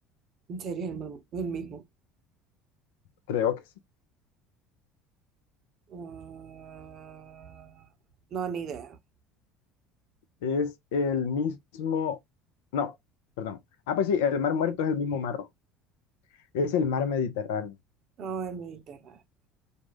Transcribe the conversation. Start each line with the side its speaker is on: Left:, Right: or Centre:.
Right: ¿En serio es el, mar- el mismo?
Left: Creo que sí.
Right: Ah, no, ni idea.
Left: Es el mismo, no, perdón. Ah, pues sí, el mar muerto es el mismo mar rojo. Es el mar Mediterráneo.
Right: No, el Mediterráneo.